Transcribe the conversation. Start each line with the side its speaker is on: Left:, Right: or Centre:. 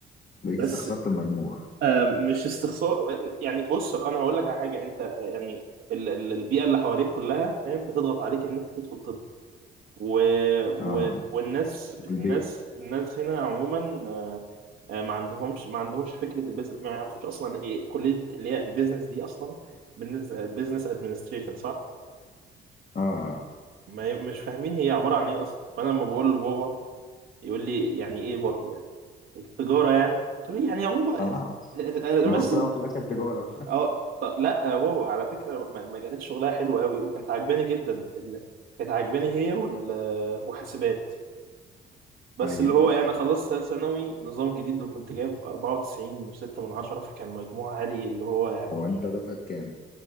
Left: لقيت
Right: بس
Left: استخسرت المجموع
Right: آه، مش استخسار يعني بص انا هقول لك على حاجه انت يعني ال- ال- البيئه اللي حواليك كلها فاهم بتضغط عليك ان انت تدخل طب و... و...
Left: اه
Right: والناس الناس
Left: البيت
Right: الناس هنا عموما آه، آه، ما عندهمش ما عندهمش فكره البيزنس ما يعرفوش اصلا ايه كليه اللي هي البيزنس دي اصلا بالنسبه بيزنس ادمنستريشن صح
Left: اه
Right: ما ي- مش فاهمين هي عباره عن ايه اصلا فانا لما بقول لبابا يقول لي يعني ايه برضو يعني تجاره يعني قلت له يعني يا بابا
Left: اه
Right: <laughs>
Left: لو
Right: بس
Left: في الأول وفي الاخر تجاره
Right: اه طب لا واو على فكره م- مجالات شغلها حلوه قوي وكانت عجباني جدا ال- كانت عجباني هي وال... وحاسبات بس
Left: <laughs> ايوه
Right: اللي هو إيه، انا خلصت ثالث ثانوي نظام جديد وكنت جايب 94 و6 من 10 فكان مجموع عالي اللي هو يعني
Left: هو انت دفعة كام؟